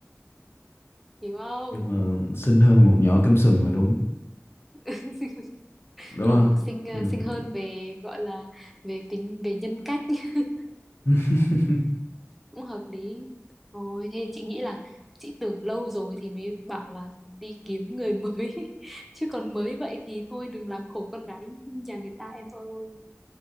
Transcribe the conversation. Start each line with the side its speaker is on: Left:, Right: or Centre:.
Centre: hiểu không
Left: nhưng mà xinh hơn một nhỏ cắm sừng là đúng
Centre: <laughs>
Left: đúng
Centre: Ừ,
Left: không
Centre: xinh ờ,
Left: Ừm.
Centre: xinh hơn về gọi là về tính về nhân cách <laughs>
Left: <laughs>
Centre: cũng hợp lý. Ôi thế thì chị nghĩ là chị tưởng lâu rồi thì mới bảo là đi kiếm người mới <laughs> chứ còn mới vậy thì thôi đừng làm khổ con gái nhà người ta em ơi